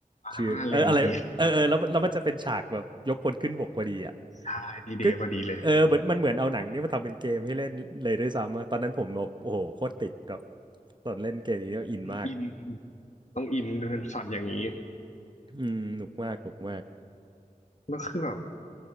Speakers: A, on the left; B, on the right.
A: อ่าเลนพี่
B: ชื่อเอออะไรเออเออแล้วแล้วมันจะเป็นฉากแบบยกคนขึ้นบกพอดีอ่ะ
A: ใช่ดีเดย์พอดีเลย
B: ก็เออเหมือนมันเหมือนเอาหนังเนี้มาทำเป็นเกมให้เล่นเลยด้วยซ้ำอะตอนนั้นผมแบบโอ้โหโคตรติดแบบตอนเล่นเกมนี้เนี่ยอินมาก
A: อินต้องอินเป็นช็อตอย่างนี้
B: อืมหนุกมากหนุกมาก
A: แล้วคือแบบ